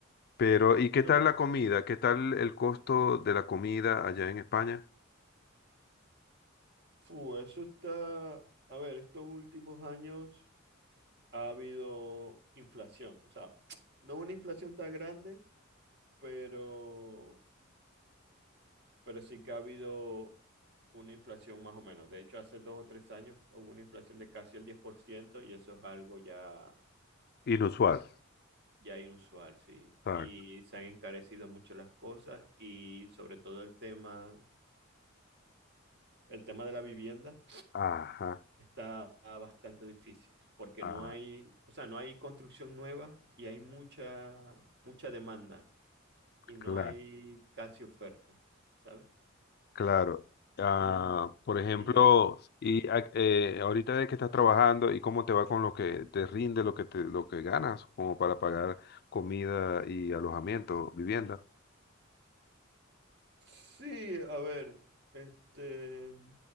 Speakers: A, on the left; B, on the right.
A: Pero, ¿y qué
B: No,
A: tal
B: no.
A: la comida? ¿Qué tal el costo de la comida allá en España?
B: Fu, eso está. A ver, estos últimos años ha habido inflación. O sea, no una inflación tan grande, pero, pero sí que ha habido una inflación más o menos. De hecho, hace dos o tres años hubo una inflación de casi el 10% y eso es algo ya,
A: Inusual.
B: ya inusual, sí.
A: Exacto.
B: Y se han encarecido mucho las cosas y sobre todo el tema, el tema de la vivienda
A: Ajá,
B: está bastante difícil porque
A: ah,
B: no hay, o sea, no hay construcción nueva y hay mucha, mucha demanda y no
A: claro.
B: hay casi oferta, ¿sabes?
A: Claro. Ah,
B: Y,
A: por ejemplo,
B: y en el-
A: y
B: sí.
A: a- eh, ahorita de que estás trabajando y cómo te va con lo que te rinde, lo que te, lo que ganas, como para pagar comida y alojamiento, vivienda.
B: Sí, a ver, este,